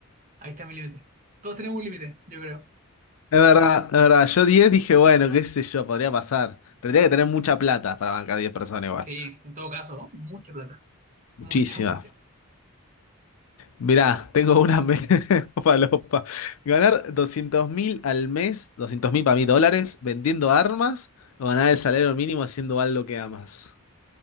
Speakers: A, on the right; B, on the left.
A: Ahí está mi límite. Todos tenemos un límite, yo creo.
B: Es verdad, es verdad. Yo 10 dije, bueno, qué sé yo, podría pasar. Pero tenía que tener mucha plata para bancar diez personas igual.
A: Sí, en todo caso, mucha plata. Mucha,
B: Muchísima.
A: mucha.
B: Mirá, tengo una me- <laughs> falopa. Ganar doscientos mil al mes, doscientos mil para mí dólares, vendiendo armas o ganar el salario mínimo haciendo algo que amas.